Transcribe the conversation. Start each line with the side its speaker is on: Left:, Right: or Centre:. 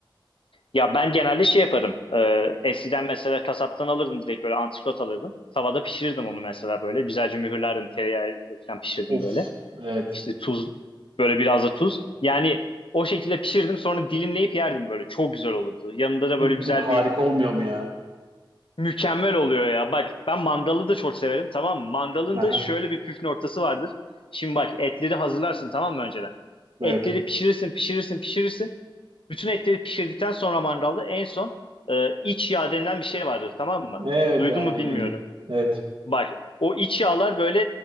Left: Ya ben genelde şey yaparım. Ee, eskiden mesela kasaptan alırdım direkt böyle antrikot alırdım. Tavada pişirirdim onu mesela böyle. Güzelce mühürlerdim tereyağı falan pişirdim
Right: Of
Left: böyle.
Right: evet
Left: İşte tuz böyle biraz da tuz. Yani o şekilde pişirdim sonra dilimleyip yerdim böyle. Çok güzel olurdu. Yanında da
Right: E,
Left: böyle güzel
Right: de- harika
Left: bir
Right: olmuyor mu ya?
Left: mükemmel oluyor ya. Bak ben mandalı da çok severim tamam mı? Mandalın
Right: Aha,
Left: da şöyle bir püf noktası vardır. Şimdi bak etleri hazırlarsın tamam mı önceden?
Right: evet.
Left: Etleri pişirirsin pişirirsin pişirirsin. Bütün etleri pişirdikten sonra mangalda en son e, iç yağ denilen bir şey vardır tamam mı?
Right: Evet,
Left: Duydun
Right: aynen
Left: mu bilmiyorum.
Right: öyle. Evet,
Left: Bak o iç yağlar böyle